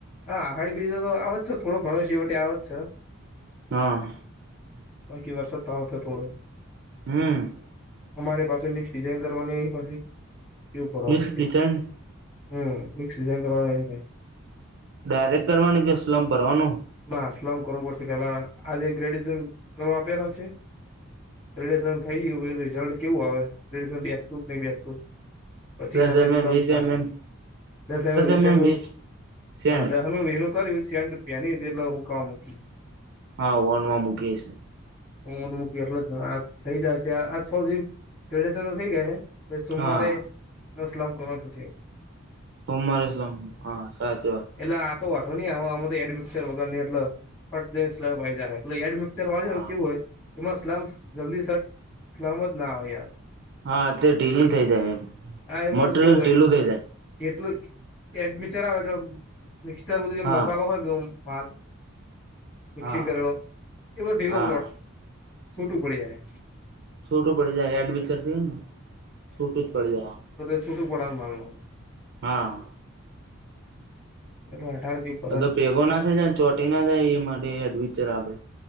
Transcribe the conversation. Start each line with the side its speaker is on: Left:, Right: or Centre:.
Left: હા આહાડી બીજ તો આવે જ છે થોડો ઘણો છેવટે આવે જ છે
Right: હા.
Left: બાકી વરસાદ તો આવે છે થોડો.
Right: હમ.
Left: અમારે પાસે મિક્સ ડિઝાઇન કરવાની, અહીં પાસે એ ફરવા
Right: મિસ
Left: પડશે.
Right: ડિઝાઇન
Left: હમ, મિક્સ ડિઝાન કરવાની એ.
Right: ડાયરેક્ટ કરવાની કે સ્લમ ભરવાનું
Left: ના આલામ કરો પડષ પેલા આજે ગ્રેજ્યુએશન કરવા આપેલા છે ગ્રેડેશન થઈ ગયું રિઝલ્ટ કેવું આવે ગ્રેડન બેસતું કે નહી બેસતું પસીના
Right: દસ
Left: પરઈસ્લામતાહેૈ
Right: એમએમ વીસ એમએમ
Left: દસ એમ વીસે
Right: એમએમ
Left: એમ
Right: વીસ સેન્ડ
Left: હા દસ નું વીસ નું કર્યું સેડ પેની એટલે હું કામ મૂકી
Right: હા ઓનમાં મુકે છે
Left: હટ મૂકી એટલે જ થઈ જાયશે આ સ કડેશન તો થઇ ગાય છે હ સોમવારે
Right: હા
Left: ન સ્લામ કર થશે
Right: બમરઇસ્લમ હા સાચ વાત
Left: એટલે આ તો વાતો નઈ આમાં તો એડ મિક્સચર વગર ની એટલે પડેમાઈાય તું એડ મિક્ચર વાળી
Right: હા
Left: કેવું હોય એમાં સલામ જલ્દી સ સલામ જ ના આવેાર
Right: હા તે ઢીલ થઈ જાય
Left: આ એમાં
Right: મટીરિયલ
Left: કેવું
Right: ઢીલું
Left: હોય
Right: થઇ જાય
Left: જેટલું એડ મિક્ચર આવે એટલે મિક્ચર બધું
Right: હા
Left: મસાલો હોય બ માલ મિક્સિંગ
Right: હા
Left: કરેલો એ બધો ઢીલો
Right: હા
Left: છૂટું પડી જાય
Right: છોટું પડી જાય એડમિતી ને છોટું જ પડી જાય
Left: છોટું પડ માર નો
Right: હા
Left: એ અઠાર ક ઉપર
Right: હ તો પેગો ના થાય જ ને ચોટી ના થાય એ માટે એડવેન્ચર આપે